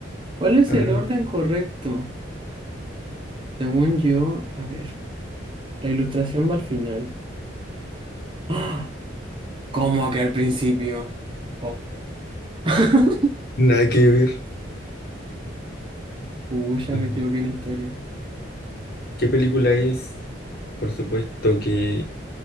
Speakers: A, on the right; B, on the left.
A: ¿Cuál es
B: A
A: el
B: ver,
A: orden correcto? Según yo, a ver, la ilustración va al final. ¡Ah! ¿Cómo que al principio? Oh. <laughs>
B: nada que ver.
A: Pucha,
B: A
A: me
B: ver,
A: equivoqué en historia.
B: ¿qué película es? Por supuesto que